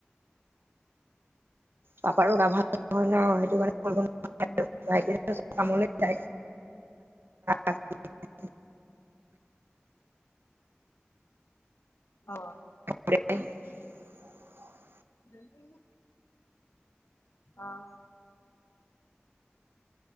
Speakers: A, on the right; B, on the left.
A: পাপাৰো গাভাল নহয়
B: অ',
A: <unintelligible> <unintelligible>
B: অ',।
A: <unintelligible>
B: উ। আহ।